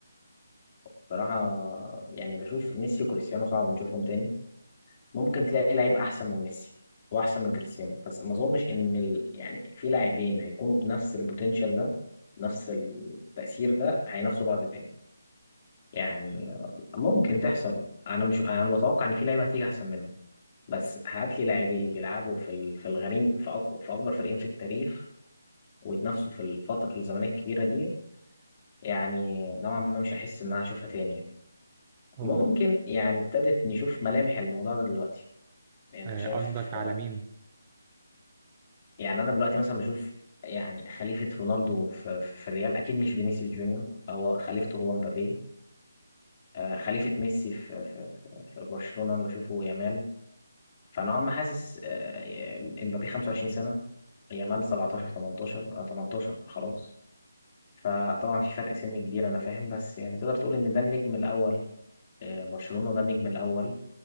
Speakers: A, on the left; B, on the right.
A: بصراحة يعني بشوف ميسي وكريستيانو صعب نشوفهم تاني ممكن تلاقي لعيب أحسن من ميسي وأحسن من كريستيانو بس ما أظنش إن ال... يعني في لاعبين هيكونوا بنفس البوتنشال ده نفس التأثير ده هينافسوا بعض تاني يعني ممكن تحصل أنا مش أنا بتوقع إن في لعيبة هتيجي أحسن منهم بس هات لي لاعبين بيلعبوا في ال... في الغريم في, أك... في أكبر فريقين في التاريخ ويتنافسوا في الفترة الزمنية الكبيرة دي يعني نوعا ما مش هحس إن أنا هشوفها تاني
B: هو
A: ممكن يعني ابتدت نشوف ملامح الموضوع ده دلوقتي يعني انت
B: آه،
A: شايف
B: قصدك على مين
A: يعني انا دلوقتي مثلا بشوف يعني خليفة رونالدو في, في في الريال اكيد مش فينيسيوس جونيور هو خليفته هو مبابي آه، خليفة ميسي في, في, في في برشلونة انا بشوفه يامال فنوعا ما حاسس آه، مبابي 25 سنة يامال 17 18 آه، 18 خلاص فطبعا في فرق سن كبير انا فاهم بس يعني تقدر تقول ان ده النجم الاول آه، برشلونة ده النجم الاول